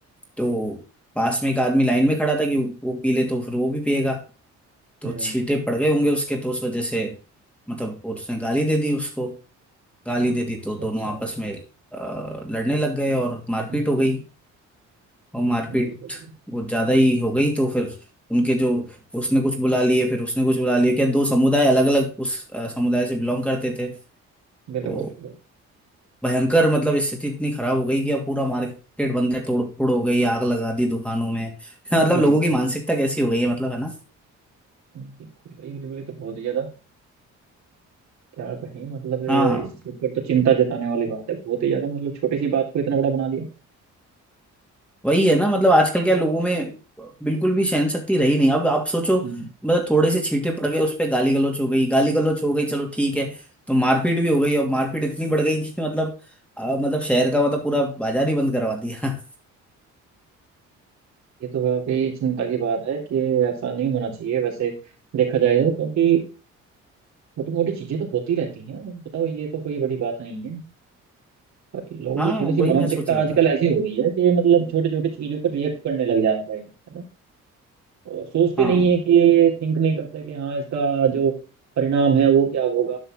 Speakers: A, in the centre; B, on the right.
A: तो पास में एक आदमी लाइन में खड़ा था कि वो पी ले तो फिर वो भी पिएगा तो
B: हम्म
A: छींटे पड़ गए होंगे उसके तो उस वजह से मतलब वो उसने गाली दे दी उसको गाली दे दी
B: अच्छा
A: तो दोनों
B: अच्छा
A: आपस में अ, लड़ने लग गए और मारपीट
B: हम्म
A: हो गई और मारपीट
B: बिल्कुल
A: वो ज्यादा ही हो गई तो फिर उनके जो उसने कुछ बुला लिए फिर उसने कुछ बुला लिए क्या दो समुदाय अलग अलग उस अ, समुदाय से बिलोंग करते थे तो
B: बिल्कुल बिल्कुल
A: भयंकर मतलब स्थिति इतनी खराब हो गई कि अब पूरा मार्केट बंद है तोड़ फोड़ हो गई आग लगा दी दुकानों में <laughs>
B: Oh
A: मतलब
B: my
A: लोगों
B: god
A: की मानसिकता कैसी हो गई है मतलब है ना
B: बिल्कुल भाई बिल्कुल ये तो बहुत ही ज़्यादा क्या कहें मतलब ये-
A: हाँ
B: इस चीज़ पर तो चिंता जताने वाली बात है बहुत ही ज़्यादा मतलब छोटी सी बात को इतना बड़ा बना दिया
A: वही है ना मतलब आजकल क्या लोगों में बिल्कुल भी सहन शक्ति रही नहीं अब आप सोचो
B: हम्म
A: मतलब थोड़े से छींटे पड़ गए उस पर गाली गलौच हो गई गाली गलौच हो गई चलो ठीक है तो मारपीट भी हो गई और मारपीट इतनी बढ़ गई कि मतलब अ, मतलब शहर का मतलब पूरा बाजार ही बंद करवा दिया
B: ये तो वाकई चिंता की बात है कि ऐसा नहीं होना चाहिए वैसे देखा जाए तो क्योंकि छोटी मोटी चीजें तो होती रहती हैं बताओ ये तो कोई बड़ी बात नहीं है पर
A: <laughs>
B: लोगों
A: हाँ
B: की थोड़ी
A: वही
B: सी मानसिकता
A: मैं सोच रहा
B: आजकल
A: था
B: ऐसी हो गई है कि मतलब छोटी छोटी चीजों पर रिएक्ट करने लग जा रहे हैं है ना और सोचते
A: हाँ
B: नहीं है कि थिंक नहीं करते कि हाँ इसका जो परिणाम है वो क्या होगा